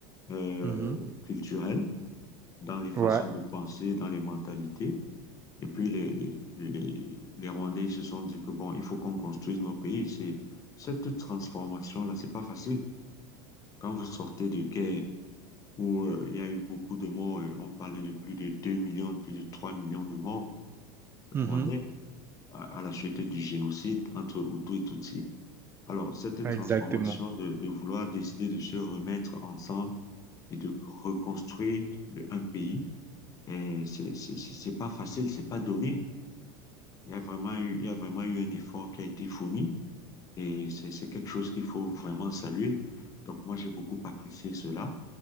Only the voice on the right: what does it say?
Mhm.
Ouais.
Mhm.
Exactement.